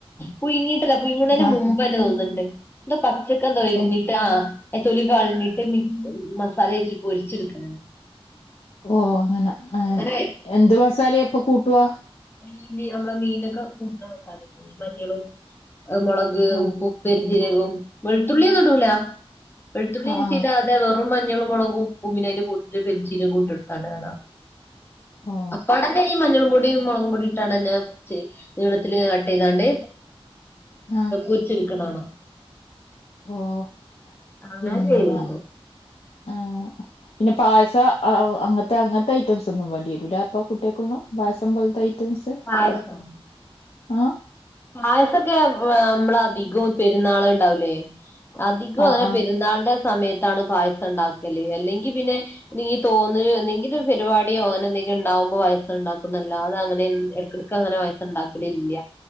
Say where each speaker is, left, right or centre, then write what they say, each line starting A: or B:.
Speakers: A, on the left; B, on the left.
A: പുഴുങ്ങീട്ടല്ല പുഴുങ്ങണേന്
B: ആഹ്
A: മുമ്പെ ആന്ന് തോന്നണിണ്ട് എന്തോ പച്ചക്കെന്തോ അരിഞ്ഞി
B: ഓഹ്
A: ട്ട് ആഹ് തൊലി കളഞ്ഞിട്ട് മിക് മസാല തേച്ച് പൊരിച്ചടുക്കണ്
B: ഓഹ് അങ്ങനെ ആത്‌
A: അങ്ങനെ കഴിക്കും
B: എന്ത് മസാലയാ അപ്പ കൂട്ടുവാ
A: മീന് നമ്മളെ മീനൊക്കെ കൂട്ടണ മസാലയില്ലെ മഞ്ഞളും മുളക്
B: ഓഹ്
A: ഉപ്പും പെരിംജീരകവും വെളുത്തുള്ളിയൊന്നും ഇടൂല വെളുത്തുള്ളി
B: ആഹ്
A: ഇഞ്ചി
B: ആഹ്
A: ഇടാ തെ വെറും മഞ്ഞളും മൊളകും ഉപ്പും പിന്നതിന്റെ കൂട്ടത്തില് പെരിംജീരകവും ഇട്ടിട്ടാണ് കാണാം
B: ഓഹ്
A: അപ്പാടന്റെ ഈ മഞ്ഞള്പൊടിയും മുളകു പൊടീട്ടാണന്റ് ച്ച് നീളത്തില് കട്ടെയ്താണ്ട്
B: ആഹ്
A: വെച്ചിരിക്കണാണോ
B: ഓഹ്
A: അങ്ങനെ
B: പിന്ന
A: ചെയ്യലുണ്ട്
B: ആഹ് പിന്ന പായസ അഹ് അങ്ങനത്തെ അങ്ങനത്തെ ഐറ്റംസ് ഒന്നും വേണ്ടി വരൂല്ല അപ്പൊ കുട്ടികക്കൊന്നും പായ്സം പോലത്ത ഐറ്റംസ്
A: <unintelligible>
B: ആഹ്
A: പായസൊക്കെ ആഹ് നമ്മള അധികവും പെരുന്നാള് എണ്ടാകൂലേ അധികോം
B: ആഹ്
A: അങ്ങനെ
B: ആഹ്
A: പെരുന്നാളിന്റെ സമയത്താണ് പായസം എണ്ടാക്കല് അല്ലെങ്കി പിന്നെ എനിക്ക്‌ തോന്നണ് എന്തെങ്കിലും പരിപാടിയോ അങ്ങനെ എന്തെങ്കി ഇണ്ടാകുമ്പോ പായസം ഇണ്ടാക്കുന്നല്ലാതങ്ങനെ എൻ എടക്കെട ക്കങ്ങനെ പായസ്സെണ്ടാക്കലില്ല